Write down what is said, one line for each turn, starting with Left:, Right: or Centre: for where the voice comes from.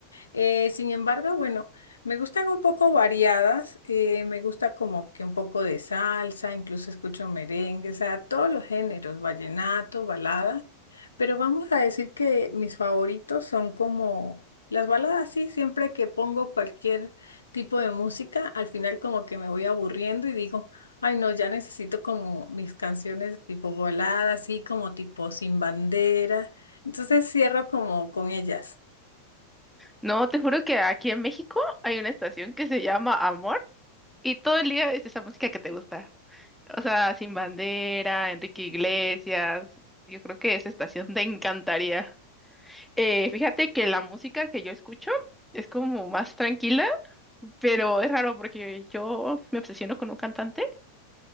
Left: Eh, sin embargo, bueno, me gustan un poco variadas, eh, me gusta como que un poco de salsa, incluso escucho merengue, o sea, todos los géneros, vallenato, balada, pero vamos a decir que mis favoritos son como las baladas, sí, siempre que pongo cualquier tipo de música, al final como que me voy aburriendo y digo, ay no, ya necesito como mis canciones tipo balada, así como tipo sin bandera, entonces cierro como con ellas.
Centre: No, te juro que aquí en México hay una estación que se llama Amor y todo el día es esa música que te gusta. O sea, Sin Bandera, Enrique Iglesias, yo creo que esa estación <laughs> te encantaría. Eh, fíjate que la música que yo escucho es como más tranquila, pero es raro porque yo me obsesiono con un cantante